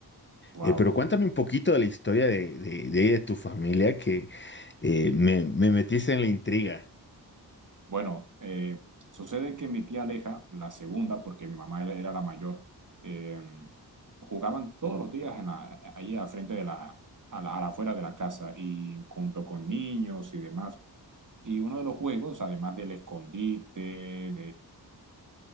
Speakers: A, on the right; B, on the left.
A: Wow,
B: Eh, pero cuéntame un poquito de la historia de, de, de, de tu familia que eh, me, me metiste en la intriga.
A: Bueno, eh, sucede que mi tía Aleja, la segunda, porque mi mamá era era la mayor, eh, jugaban todos los días en la, ahí al frente de la, a la, a la afuera de la casa y junto con niños y demás. Y uno de los juegos, además del escondite,